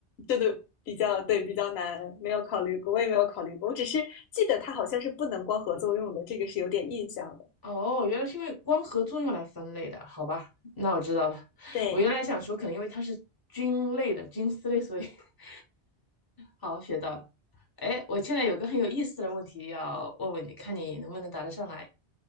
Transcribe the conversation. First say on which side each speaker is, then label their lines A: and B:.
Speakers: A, on the left (about 70°); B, on the left (about 30°).
A: 真的比较对比较难，没有考虑过，我也没有考虑过。我只是记得它好像是不能光合作用的，这个是有点印象的。
B: 哦，原来是因为光合作用来分类的，好吧，那我知道了。
A: 对，
B: 我原来想说，可能因为它是菌类的菌丝类，所以 <laughs> 好，学到了。哎，我现在有个很有意思的问题要问问你，看你能不能答得上来。